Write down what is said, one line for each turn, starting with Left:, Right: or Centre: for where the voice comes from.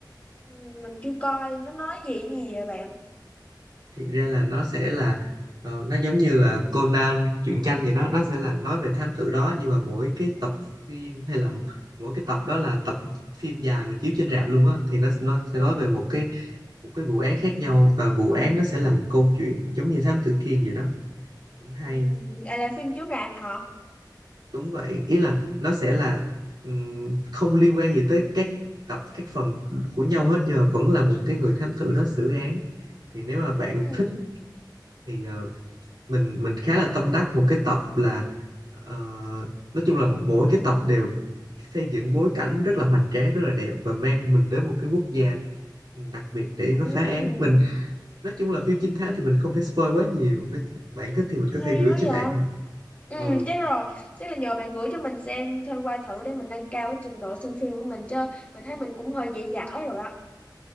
Left: ừ, mình chưa coi nó nói gì gì vậy bạn
Right: Thiệt ra là nó sẽ là ờ, nó giống như là Conan truyện tranh gì đó, nó sẽ là nói về thám tử đó nhưng mà mỗi cái tập phim hay là mỗi cái tập đó là tập phim dài mà chiếu trên rạp luôn á thì nó nó
Left: ừ.
Right: sẽ nói về một cái một cái vụ án khác nhau và vụ án nó sẽ là một câu chuyện giống như thám tử Kiên gì đó cũng
Left: Ừ.
Right: hay
Left: à là phim chiếu rạp hả
Right: đúng vậy ý là nó sẽ là ừm, không liên quan gì tới các tập các phần của nhau hết nhưng mà vẫn là một cái người thám tử đó xử án thì nếu mà bạn
Left: ừ.
Right: thích thì ờ, mình mình khá là tâm đắc một cái tập là ờ, nói chung là mỗi cái tập đều xây dựng bối cảnh rất là hoành tráng rất là đẹp và mang mình tới một cái quốc gia đặc biệt để
Left: Ừ.
Right: nó phá án mình nói chung là phim trinh thám thì mình không thể spoil quá nhiều nếu bạn thích thì mình có
Left: Hay
Right: thể gửi
Left: quá
Right: cho
Left: vậy.
Right: bạn
Left: Ừ,
Right: ừ
Left: chắc rồi. Chắc là nhờ bạn gửi cho mình xem thêm qua thử để mình nâng cao cái trình độ xem phim của mình chứ. Mình thấy mình cũng hơi dễ dãi rồi á.